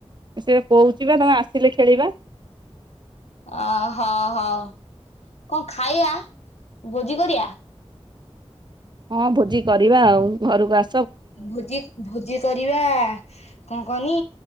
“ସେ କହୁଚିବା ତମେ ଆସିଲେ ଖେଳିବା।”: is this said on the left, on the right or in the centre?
Right